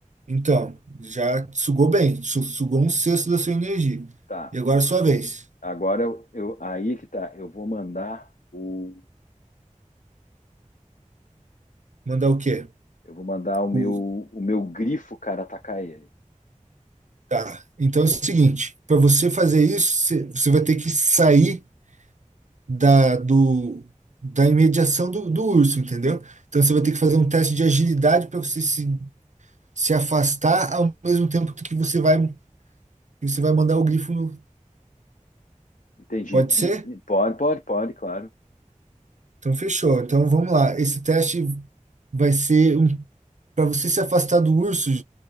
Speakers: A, on the right; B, on the left.
A: Então, já sugou bem, su- sugou um sexto da sua energia.
B: Tá.
A: E agora é sua vez.
B: Agora eu, eu- aí é que tá. Eu vou mandar o
A: Mandar o quê?
B: Eu vou mandar o meu,
A: O
B: o meu grifo, cara, atacar ele.
A: Tá. Então é o seguinte, para você fazer isso, você você vai ter que sair da, do, da imediação do, do urso, entendeu? Então você vai ter que fazer um teste de agilidade para você se, se afastar ao mesmo tempo que você vai, que você vai mandar o grifo no.
B: Entendi.
A: Pode ser?
B: Pode, pode, pode, claro.
A: Então fechou. Então vamos lá. Esse teste vai ser um. Para você se afastar do urso,